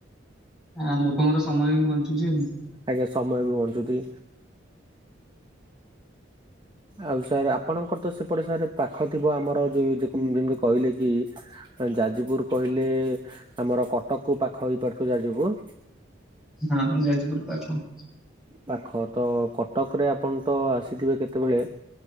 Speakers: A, in the centre; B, on the right.
A: ଆ ଲୋକଙ୍କର ସମୟ ବି ବଞ୍ଚୁଛି।
B: ଆଜ୍ଞା ସମୟ ବି ବଞ୍ଚୁଛି। ଆଉ ସାର୍ ଆପଣଙ୍କର ତ ସେପଟେ ସାର୍ ପାଖ ଥିବ ଆମର ଯୋଉ ଯେ-ଯେମିତି କହିଲେ କି ଯାଜପୁର କହିଲେ, ଆମର କଟକ କୁ ପାଖ ହେଇପାରୁଥିବ ଯାଜପୁର।
A: ହଁ ଯାଜପୁର ପାଖ।
B: ପାଖ ତ କଟକରେ ଆପଣ ତ ଆସିଥିବେ କେତେବେଳେ,